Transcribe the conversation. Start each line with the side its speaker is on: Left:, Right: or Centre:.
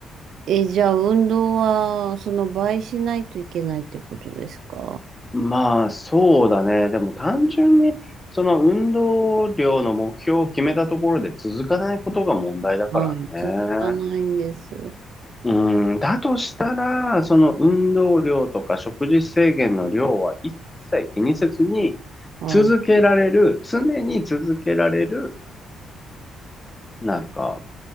Right: え、じゃあ運動は、その倍しないといけないってことですか
Left: まあそうだね。でも単純にその運動量の目標を決めたところで続かないことが問題だからね。
Right: はい。続かないんです。
Left: うーん、だとしたら、その運動量とか食事制限の量は一切気にせずに、
Right: はい。
Left: 続けられる、常に続けられる、なんか、